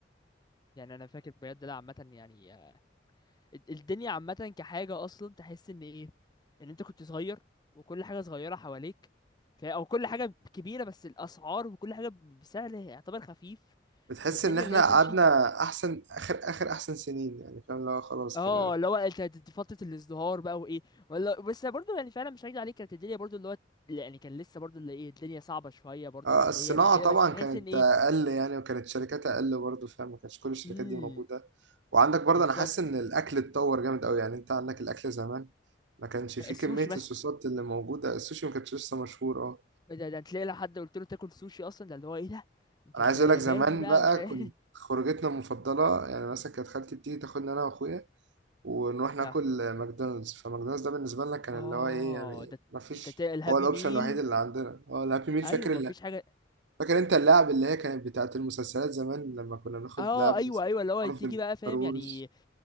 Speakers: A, on the left; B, on the right.
A: يعني انا فاكر بجد لا عامه يعني الد- الدنيا عامة كحاجة أصلا تحس إن إيه إن أنت كنت صغير وكل حاجة صغيرة حواليك ف... أو كل حاجة كبيرة بس الأسعار وكل حاجة بسعر يعتبر خفيف
B: بتحس
A: فالدنيا
B: ان احنا
A: اللي هي تمشي
B: قعدنا احسن اخر اخر احسن سنين يعني فاهم اللي هو خلاص
A: اه
B: كده
A: اللي هو انت د- د- فترة الازدهار بقى وايه ولا بس برضه يعني فعلا مش هكدب عليك كانت الدنيا برضه اللي هو يعني كان لسه برضه اللي ايه الدنيا صعبة شوية برضه
B: آه،
A: ماديا
B: الصناعة
A: وكده
B: طبعا
A: بس تحس
B: كانت
A: ان ايه
B: أقل يعني وكانت شركاتها أقل برضه فاهم ما كانش كل الشركات
A: امم
B: دي موجودة وعندك برضه
A: بالظبط
B: أنا حاسس إن الأكل اتطور جامد أوي يعني أنت عندك الأكل زمان ما كانش فيه
A: السوشي
B: كمية
A: مثلا
B: الصوصات اللي موجودة السوشي ما كانش لسه مشهور أه
A: ده, ده تلاقي لو حد قلت له تاكل سوشي اصلا ده اللي هو ايه ده انت
B: أنا
A: انت
B: عايز
A: ياباني
B: أقول لك زمان
A: بقى
B: بقى
A: ومش عارف
B: كنت خروجتنا المفضلة يعني مثلا كانت خالتي بتيجي تاخدنا أنا وأخويا ونروح ناكل
A: <laughs>
B: ماكدونالدز فماكدونالدز ده بالنسبة لنا كان
A: اه
B: اللي هو إيه يعني
A: ده
B: ما فيش
A: انت ت- الهابي
B: هو الأوبشن
A: ميل
B: الوحيد اللي عندنا هو الهابي ميل
A: ايوه
B: فاكر
A: ما فيش حاجه
B: فاكر انت اللعب اللي هي كانت بتاعت المسلسلات زمان لما كنا بناخد
A: اه
B: لعب
A: ايوه
B: مثلا
A: ايوه اللي هو
B: مارفل
A: تيجي بقى فاهم
B: ستار وورز
A: يعني